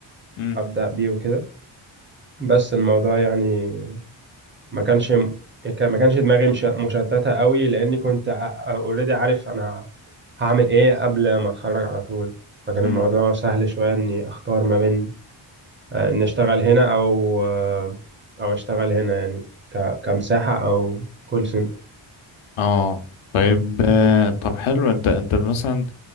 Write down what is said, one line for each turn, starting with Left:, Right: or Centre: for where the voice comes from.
Left: مم.
Right: أبدأ بيه وكده بس الموضوع يعني ما كانش ما كانش دماغي مش... مشتتة قوي لأني كنت اوريدي عارف أنا هعمل ايه قبل ما اتخرج على طول فكان
Left: مم.
Right: الموضوع سهل شوية اني اختار ما بين آه، إني أشتغل هنا أو آه، أو أشتغل هنا يعني ك- كمساحة أو كول سنتر
Left: اه طيب
Right: بالظبط.
Left: آه، طب حلو انت انت مثلا